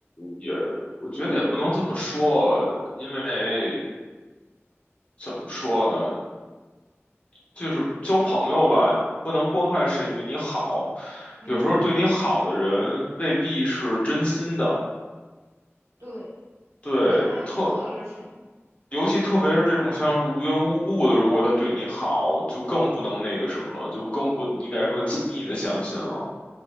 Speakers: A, on the left; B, on the right.
A: 也我觉得也不能这么说，因为怎么说呢，就是交朋友吧，不能光看谁对你好，
B: 嗯，
A: 有时候对你好的人未必是真心的。
B: 对，
A: 对，
B: 就你得看他做了什么。
A: 特尤其特别是这种像是无缘无故的，如果他对你好，就更不能那个什么了，就更不应该说轻易的相信了，
B: 嗯，